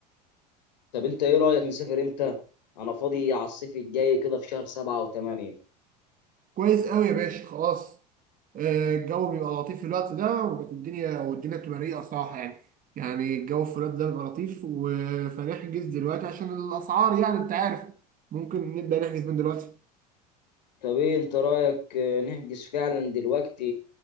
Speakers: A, on the left; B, on the right.
A: طب انت ايه رأيك نسافر امتى؟ انا فاضي على الصيف الجاي كده في شهر سبعة وثمانية
B: كويس قوي يا باشا خلاص آه، الجو بيبقى لطيف في الوقت ده والدنيا والدنيا بتبقى رايقة صراحة يعني يعني الجو في الوقت ده بيبقى لطيف و- فنحجز دلوقتي عشان الأسعار يعني أنت عارف ممكن نبدأ نحجز من دلوقتي
A: طب ايه انت رأيك آه، نحجز فعلا دلوقتي